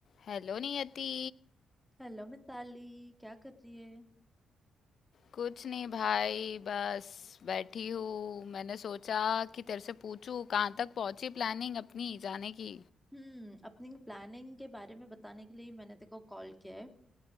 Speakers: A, on the left (about 60°); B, in the centre.
A: Hello Niyati
B: Hello Mitali क्या कर रही है
A: कुछ नहीं भाई बस बैठी हूँ मैंने सोचा कि तेरे से पूछूं कहाँ तक पहुंची प्लानिंग अपनी जाने की
B: हम्म अपनी प्लानिंग के बारे में बताने के लिए ही मैंने तेको कॉल किया है